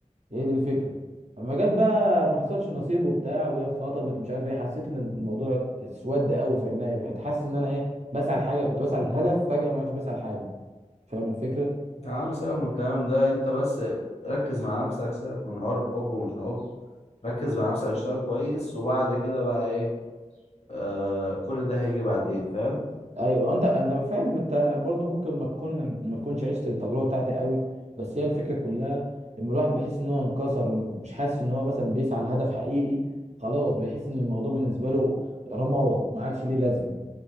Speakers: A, on the right (about 60°); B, on the left (about 55°).
A: هي دي الفكره اما جت بقى ما حصلش نصيب وبتاع وهي اتخطبت ومش عارف ايه حسيت ان الموضوع اسود قوي في عينيا بقيت حاسس ان انا ايه بسعى لحاجه كنت بسعى للهدف فجاه ما عدتش بسعى لحاجه فاهم الفكره
B: يا عم سيبك من الكلام ده انت بس ركز مع نفسك سيبك من حوار الحب ومش الحب ركز مع نفسك اشتغل كويس وبعد كده بقى ايه آه كل ده هيجي بعدين فاهم
A: ايوه انت انا فاهم انت برضو ممكن ما تكون ما تكونش عشت التجربه بتاعتي قوي بس هي الفكره كلها لما الواحد بيحس ان هو انكسر ومش حاسس ان هو مثلا بيسعى لهدف حقيقي خلاص بيحس ان الموضوع بالنسبه له رماد ما عادش ليه لازمه